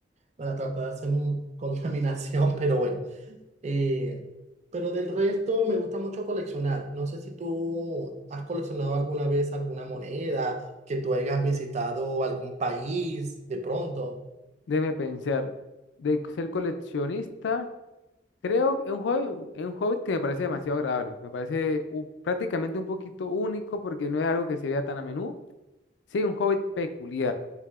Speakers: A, on the right; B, on the left.
A: para tratar de hacer un- contaminación, <laughs> pero bueno. Eh, pero del resto me gusta mucho coleccionar. No sé si tú has coleccionado alguna vez alguna moneda, que tú hayas visitado algún país de pronto.
B: Déjeme pensar. De ser coleccionista. Creo que es un hobby, es un hobby que me parece demasiado agradable. Me parece u- prácticamente un poquito único porque no es algo que se vea tan a menudo. Sí, un hobby peculiar.